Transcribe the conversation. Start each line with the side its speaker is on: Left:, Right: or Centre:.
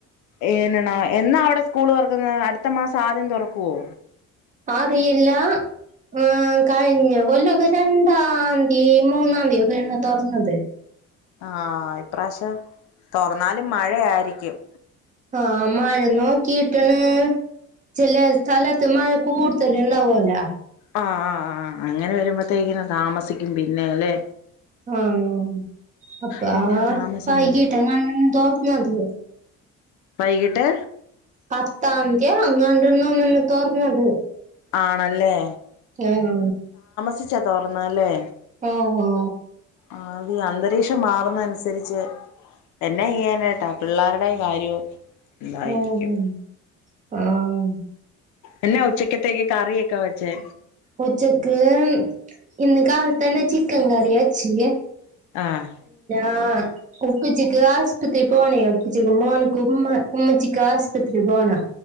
Left: ഏ <unintelligible> ണ എന്നാ അവ്ടെ സ്കൂള് തൊറക്കുന്നേ അടുത്ത മാസം ആദ്യം തുറക്കുവോ
Right: അറിയില്ലാ ആ കഴിഞ്ഞ കൊല്ലൊക്കെ രണ്ടാംന്തി മൂന്നാന്തി ഒക്കെണ് തൊറന്നത്.
Left: ആ ഇപ്രാശ്യം തൊറന്നാലും മഴയായിരിക്കും
Right: ആ മഴ നോക്കീട്ട്ണ് ചില സ്ഥലത്ത് മഴ കൂടുതല്ണ്ടാവൊ ല്ലോ
Left: ആ... അങ്ങനെ വരുമ്പോത്തേക്കിന് താമസിക്കും പിന്നെ അല്ലെ
Right: ആഹ് അപ്പൊ
Left: പിന്നെ
Right: ആ
Left: താമസം
Right: വൈകിട്ടങ്ങാനാണ്ടാ
Left: വരും
Right: തോർന്നത്
Left: വൈകിട്ട്
Right: പത്താന്ത്യാ അങ്ങാണ്ടുന്നോന്ന്ണ് തൊർന്നത്
Left: ആണല്ലേ
Right: ഉം
Left: ചിച്ച. തൊറന്നല്ലേ
Right: ആ ഔ ഓ
Left: ആ അത് അന്തരീക്ഷം മാറുന്ന അനുസരിച്ച് എന്നെയ്യാനട്ടാ. പിള്ളാരുടെ കാര്യവും എന്തായിരിക്കും
Right: ഓ ഉം ആഹ്
Left: എന്നെ ഉച്ചക്കത്തേക്ക് കറിയൊക്കെ- വെച്ചേ
Right: ഉച്ചക്ക് ഇന്ന് കാലത്തന്നെ ചിക്കൻ കറി വെച്ചേ
Left: ആഹ്
Right: ആഹ് ഉപ്പച്ചിക്ക് ആസ്പത്രി പോണേ. പ്പച്ചിക്ക് മോനുക്ക് ഉമ്മ ഉമ്മച്ചിക്ക് ആസ്പത്രി ദോണ